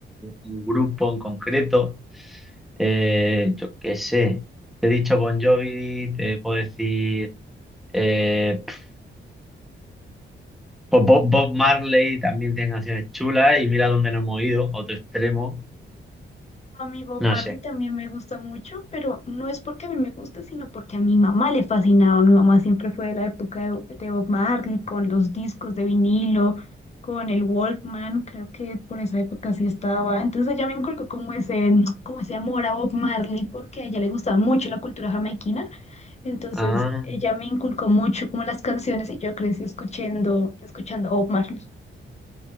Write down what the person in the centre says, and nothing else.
un grupo en concreto, Eh, yo qué sé, te he dicho Bon Jovi, te puedo decir eh, pf, pues Bob, Bob Marley también tiene canciones chulas y mira dónde nos hemos ido, otro extremo,
no
sé,
ah,